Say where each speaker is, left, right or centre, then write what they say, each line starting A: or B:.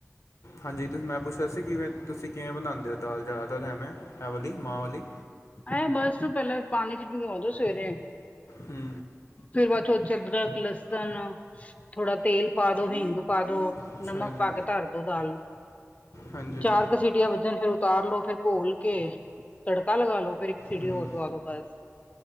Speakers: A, on the left; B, on the left.
A: ਹਾਂਜੀ, ਤੁਸੀਂ ਮੈਂ ਪੁੱਛ ਰਿਆ ਸੀ। ਤੁਸੀਂ ਕਿਵੇਂ, ਤੁਸੀਂ ਕਿਵੇਂ ਬਣਾਉਂਦੇ ਹੋ। ਦਾਲ ਜ਼ਿਆਦਾਤਰ ਐਵੇਂ ਐ ਵਾਲੀ ਮਾਂਹ ਵਾਲੀ।
B: ਇਹ ਬਸ ਪਹਿਲਾਂ ਪਾਣੀ ਚ' ਭਿਗੋ ਦੋ ਸਵੇਰੇ।
A: ਹੁੰ
B: ਫਿਰ ਬਾਅਦ ਚੋਂ ਅਦਰਕ, ਲੱਸਣ, ਥੋੜਾ ਤੇਲ ਪਾ ਦੋ ਹਿੰਗ ਪਾ ਦੋ।
A: ਅੱਛਾ
B: ਨਮਕ
A: ਜੀ
B: ਪਾ ਕੇ ਧਰ ਦੋ ਦਾਲ ਨੂੰ।
A: ਹਾਂਜੀ
B: ਚਾਰ ਕੁ ਸੀਟੀਆਂ ਵੱਜਣ ਫਿਰ ਉਤਾਰ ਲੋੋ। ਫਿਰ ਘੋਲ ਕੇ ਤੜਕਾ ਲਗਾ ਲੋ। ਫਿਰ ਇੱਕ ਸੀਟੀ
A: ਹੂੰ
B: ਹੋਰ ਦਵਾ ਦੋ ਬਸ